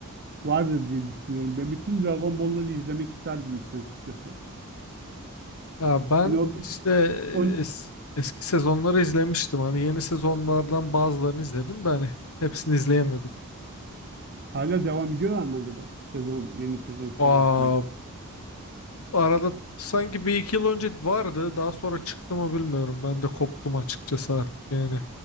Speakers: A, on the right (about 50°); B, on the left (about 70°).
A: vardır diye düşünüyorum. Ben bütün Dragon Ball'ları izlemek isterdim işin açıkçası.
B: ya ben
A: Hani o, bir-
B: işte
A: o
B: es- eski sezonları izlemiştim. Hani yeni sezonlardan bazılarını izledim de hani hepsini izleyemedim.
A: hala devam ediyorlar mı acaba? Sezon, yeni sezon şey
B: Aa,
A: yapmaya.
B: arada sanki bir iki yıl önce vardı. Daha sonra çıktı mı bilmiyorum. Ben de koptum açıkçası artık yani.